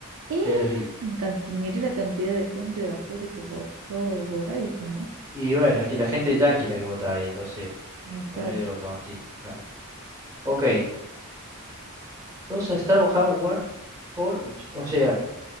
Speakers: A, on the right; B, on the right.
A: ¡Eh!
B: Terrible.
A: En can- Mire la cantidad de gente de afuera que votó por iPhone, ¿no?
B: Y bueno, aquí la gente yankee la que vota ahí, entonces
A: Mm, Claro.
B: son medio tontines, claro. Ok, dos Straw Hat, One Hole, or o sea,